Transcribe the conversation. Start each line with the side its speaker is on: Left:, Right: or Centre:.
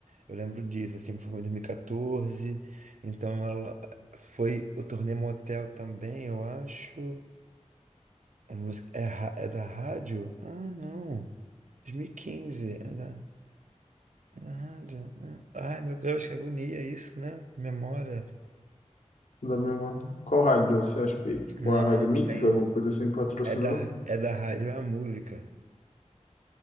Right: Eu lembro disso, assim, me formei em 2014. Então ela foi o Turnê Motel também, eu acho. A música é, ra- é da rádio? Ah, não. 2015, é da, é da rádio. Ah. Ai, meu Deus, que agonia isso, né? Memória.
Left: Da mesma. Qual rádio? Você acha que, tipo,
Right: Não,
Left: a Rádio
Right: não,
Left: Mix,
Right: tem
Left: alguma coisa assim, patrocinou?
Right: É da, é da rádio, é a música